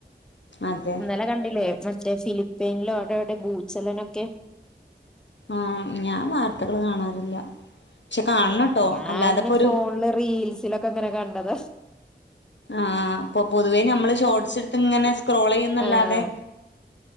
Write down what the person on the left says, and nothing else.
അതെ
ആഹ് ഞാൻ വാർത്തകള് കാണാറില്ല പക്ഷെ കാണണട്ടോ
അല്ലാതെപ്പൊരു
ആഹ് അപ്പൊ പൊതുവേ നമ്മള് ഷോർട്സ് ഇട്ത്ത് ഇങ്ങനെ സ്ക്രോൾ ചെയ്യുന്നല്ലാതെ.